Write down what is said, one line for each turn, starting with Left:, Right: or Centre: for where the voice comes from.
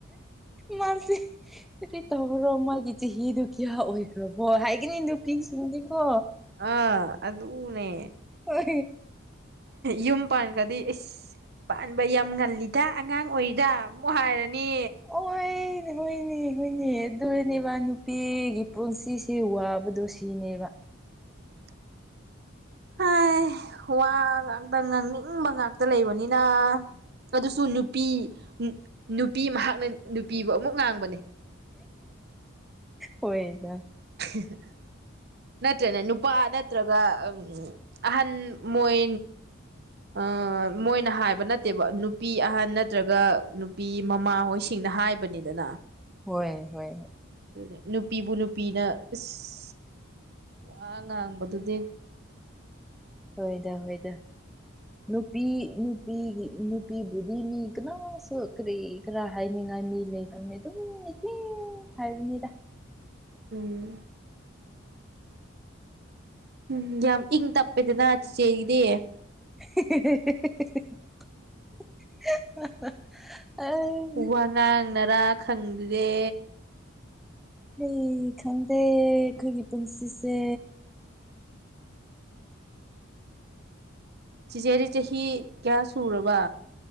Centre: ꯃꯥꯁꯦ ꯀ ꯇꯕ꯭ꯔꯣ ꯃꯥꯒꯤꯆ ꯍꯤ ꯗꯨ ꯀꯌꯥ ꯑꯣꯏꯈ꯭ꯔꯕꯣ ꯍꯥꯏ ꯀꯗꯨ ꯄꯤ ꯁꯤꯗꯤ ꯀꯣ
Right: ꯑꯥ ꯑꯗꯅꯦꯦ
Centre: ꯍ
Right: ꯌꯨꯝ ꯄꯥꯟꯕꯥꯟꯈꯗꯤ ꯑꯁ ꯄꯥꯟꯕ ꯌꯥꯝ ꯉꯜꯂꯤ ꯏꯗ ꯑꯉꯥꯡ ꯑꯣꯏꯔꯤꯗ ꯑꯃꯨꯛ ꯍꯥꯏꯔꯅꯤ
Centre: ꯑꯣꯏꯅꯦ ꯍꯣꯏꯅꯦ ꯍꯣꯏꯅꯦ ꯑꯗꯨꯅꯦꯕ ꯅꯨꯄꯤꯒꯤ ꯄꯨꯟꯁꯤꯁꯤ ꯋꯥꯕꯗꯣ ꯁꯤꯅꯦꯕ
Right: ꯎꯝ ꯍꯥꯏ ꯋꯥ ꯉꯥꯛꯇ ꯉꯥꯡꯅꯤꯡꯕ ꯉꯥꯛꯇ ꯂꯩꯕꯅꯤꯅ ꯑꯗꯨꯁꯨ ꯅꯨꯄꯤ ꯅꯨꯄꯤ ꯃꯍꯥꯛꯅ ꯅꯨꯄꯤꯕꯨ ꯑꯃꯨꯛ ꯉꯥꯡꯕꯅꯦ
Centre: ꯑꯣꯏꯣꯏꯗ
Right: <inaudible> ꯅꯠꯇ꯭ꯔꯅ ꯅꯨꯄꯥ ꯅꯠꯇ꯭ꯔꯒ ꯑꯍꯟ ꯃꯣꯏ ꯑ ꯃꯣꯏꯅ ꯍꯥꯏꯕ ꯅꯠꯇꯦꯕ ꯅꯨꯄꯤ ꯑꯍꯟ ꯅꯠꯇ꯭ꯔꯒ ꯅꯨꯄꯤ ꯃꯃꯥꯍꯣꯏꯁꯤꯡꯅ ꯍꯥꯏꯕꯅꯤꯗꯅ
Centre: ꯍꯣꯏ ꯍꯣꯏ
Right: ꯑꯗꯨ ꯅꯨꯄꯤꯕꯨ ꯅꯨꯄꯤꯅ ꯏꯁ ꯋꯥ ꯉꯥꯡꯕꯗꯨꯗꯤ
Centre: ꯍꯣꯏꯗ ꯍꯣꯏꯗ ꯅꯨꯄꯤ ꯅꯨꯄꯤ ꯅꯨꯄꯤꯕꯨꯙꯅꯤ ꯀꯅꯥ ꯁꯣꯈ꯭ꯔ ꯈꯔ ꯍꯥꯏꯅꯤꯡꯉꯥꯏ ꯃꯤ ꯂꯩꯇꯕꯅꯤ ꯑꯗꯨꯝ ꯏꯊꯤ ꯍꯥꯏꯕꯅꯤꯗ
Right: ꯎꯝ ꯎꯝ ꯌꯥꯝ ꯏꯪ ꯇꯞꯄꯦꯗꯅ ꯆꯤꯆꯦꯒꯤꯗꯤ
Centre: <inaudible> <inaudible> ꯑ
Right: ꯎ ꯋꯥ ꯉꯥꯡꯅꯔꯥ ꯈꯪꯗꯦ
Centre: ꯑꯩꯩ ꯈꯪꯗꯦ ꯑꯩꯈꯣꯏꯒꯤ ꯄꯨꯟꯁꯤꯁꯦ
Right: ꯆꯤꯆꯦꯗꯤ ꯆꯍꯤ ꯀꯌꯥ ꯁꯨꯔꯕ